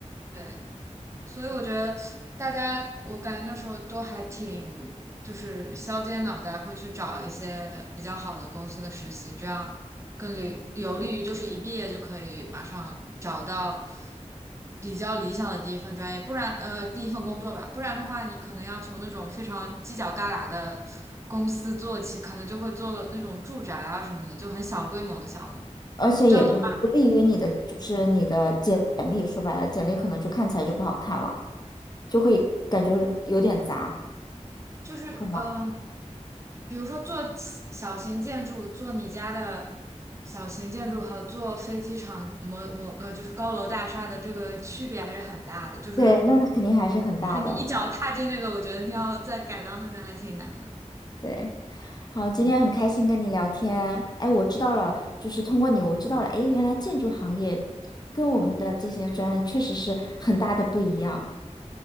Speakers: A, on the right; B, on the left.
A: 对，所以我觉得大家，我感觉那时候都还挺就是削尖脑袋会去找一些比较好的公司的实习，这样更利有利于就是一毕业就可以马上找到比较理想的第一份专业，不然呃第一份工作吧，不然的话你可能要从那种非常犄角旮旯的公司做起，可能就会做那种住宅啊什么的，就很小规模的项目。
B: 而且也不不利于你的，
A: 这样的话
B: 就是你的简简历，说白了，简历可能就看起来就不好看了，就会感觉有点杂，
A: 就是嗯。
B: 会吗？
A: 呃比如说做小型建筑，做你家的小型建筑和做飞机场模模呃，就是高楼大厦的这个区别还是很大的。就是
B: 对，那它肯定还是很大的。
A: 就是你一脚踏进那个，我觉得你要再改到那边还挺难的。
B: 对，好，今天很开心跟你聊天。
A: 嗯，
B: 哎，我知道了，就是通过你，我知道了，哎，原来建筑行业跟我们的这些专业确实是很大的不一样，